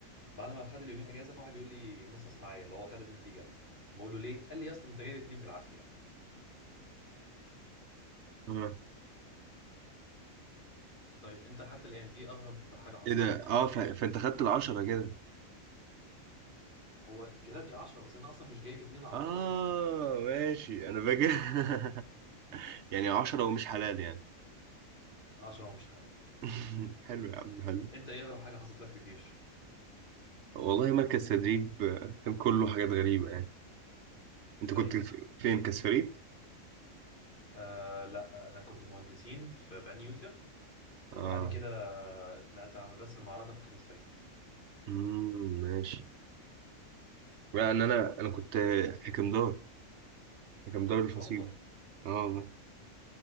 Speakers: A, on the left; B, on the right.
A: بعد ما خد اليومين اجازه فواحد بيقول لي نصص معايا اللي هو خد النتيجه بقول له ليه قال لي يا اسطى انت جايب اتنين بالعافيه
B: اه
A: طيب انت حتى الان ايه اغرب حاجه حصلت
B: ايه ده؟
A: لك في الجيش
B: اه ف... فانت خدت العشرة كده
A: هو كتب لي 10 بس انا اصلا مش جايب اتنين على
B: اه
A: بعضهم
B: ماشي انا فاكر <laughs> يعني عشرة ومش حلال يعني
A: 10 ومش حلال
B: <laughs> حلو يا عم حلو
A: انت ايه اغرب حاجه حصلت لك في الجيش
B: والله مركز تدريب آه، كان كله حاجات غريبة يعني انت
A: زي
B: كنت ف- فين كاس فريد؟
A: آه لا انا كنت مهندسين في بني يوسف وبعد
B: اه
A: كده اتنقلت على مدرسه المعركه في كاس فريد
B: امم ماشي لان انا انا كنت حكمدار حكمدار الفصيلة
A: لا والله
B: اه والله